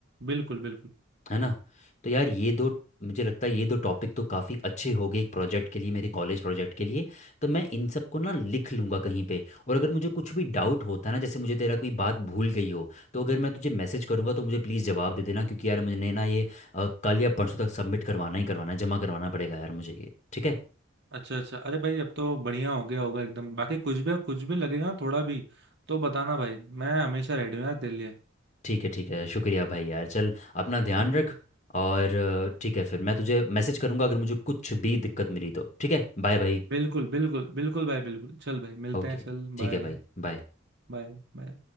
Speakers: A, on the right (about 60°); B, on the left (about 35°).
A: बिल्कुल बिल्कुल
B: है ना तो यार ये दो मुझे लगता है ये दो टॉपिक तो काफ़ी अच्छे हो गए एक प्रोजेक्ट के लिए मेरे कॉलेज प्रोजेक्ट के लिए तो मैं इन सब को ना लिख लूँगा कहीं पे और अगर मुझे कुछ भी डाउट होता है ना जैसे मुझे तेरा कोई बात भूल गई हो तो अगर मैं तुझे मैसेज करूँगा तो मुझे प्लीज़ जवाब दे देना क्योंकि यार मुझे ना ये अ, कल या परसों तक सबमिट करवाना ही करवाना है जमा करवाना पड़ेगा यार मुझे ये ठीक है
A: अच्छा अच्छा अरे भाई अब तो बढ़िया हो गया होगा एकदम बाकी कुछ भी कुछ भी लगेगा थोड़ा भी तो बताना भाई मैं हमेशा रेडी हूँ यार तेरे लिए
B: ठीक है ठीक है शुक्रिया भाई यार चल अपना ध्यान
A: <laughs>
B: रख और अ, ठीक है फिर मैं तुझे मैसेज करूँगा अगर मुझे कुछ भी दिक्कत मिली तो ठीक है बाय भाई
A: बिल्कुल बिल्कुल बिल्कुल भाई बिल्कुल चल भाई मिलते
B: ओके
A: हैं चल
B: ठीक
A: बाय
B: है भाई बाय
A: बाय बाय